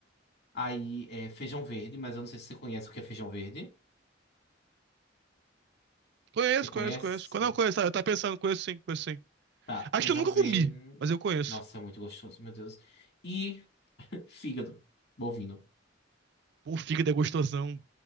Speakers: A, on the left (about 60°); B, on the right (about 60°).
A: aí é feijão verde, mas eu não sei se você conhece o que é feijão verde.
B: Conheço,
A: Você conhece?
B: conheço, conheço. Não, conheço, tá? eu tava pensando, conheço sim, conheço sim.
A: Tá,
B: Acho
A: feijão
B: que eu nunca
A: verde.
B: comi, mas eu conheço.
A: Nossa, é muito gostoso, meu Deus. E <laughs> fígado, bovino.
B: Pô, fígado é gostosão.